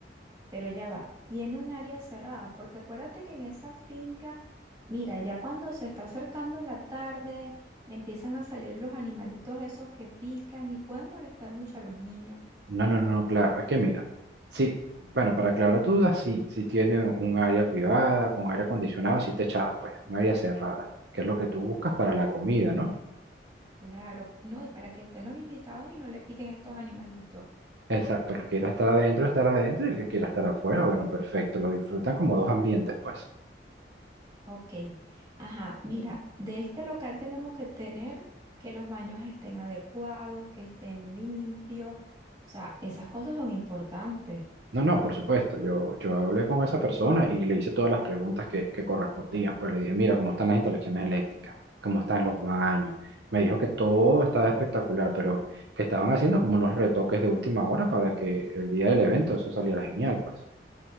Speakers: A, on the right; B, on the right.
A: Pero ya va, tiene un área cerrada, porque acuérdate que en esa finca, mira, ya cuando se está acercando la tarde, empiezan a salir los animalitos esos que pican y pueden molestar mucho a los niños.
B: No, no, no, claro. Es que mira, sí, bueno, para aclarar tu duda, sí, sí tiene un área privada con aire acondicionado, sí techada, pues, un área cerrada, que es lo que tú buscas para la comida, ¿no?
A: Claro, no, y para que estén los invitados y no le piquen estos animalitos.
B: Exacto, el que quiera estar adentro, estar adentro, y el que quiera estar afuera, bueno, perfecto, lo disfrutan como dos ambientes, pues.
A: Ok, ajá, mira, de este local tenemos que tener que los baños estén adecuados, que estén limpios, o sea, esas cosas son importantes.
B: No, no, por supuesto. Yo, yo hablé con esa persona y le hice todas las preguntas que, que correspondían. Pues le dije, mira, ¿cómo están las instalaciones eléctricas? ¿Cómo están los baños? Me dijo que todo estaba espectacular, pero que estaban haciendo como unos retoques de última hora para que el día del evento eso saliera genial, pues.